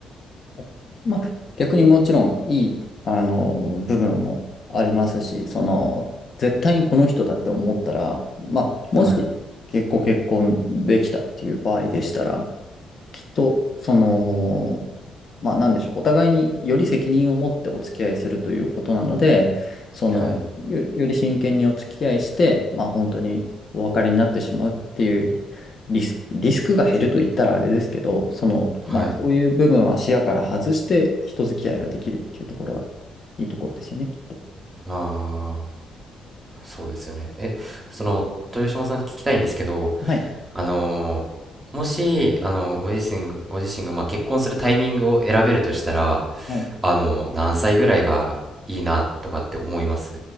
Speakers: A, on the left; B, on the right.
A: う。まあ、逆にもちろんいい、あの、部分もありますし、その、絶対にこの人だって思ったら、まあ、もし、
B: あ、はい、
A: 結構結婚できたっていう場合でしたら、きっと、その、まあ、なんでしょう、お互いにより責任を持ってお付き合いするということなので、その、
B: はい、
A: よ、より真剣にお付き合いして、まあ、本当にお別れになってしまうっていうリスク、リスクが減ると言ったらあれですけど、その、
B: はい。
A: まあ、そういう部分は視野から外して人付き合いができるっていうところがいいところですよね、きっと。
B: ああ、そうですよね。え、その、豊島さんに聞きたいんですけど、
A: はい。
B: あのーもし、あのーご自身、ご自身が、まあ、結婚するタイミングを選べるとしたら、
A: はい
B: あのー何歳ぐらいがいいなとかって思います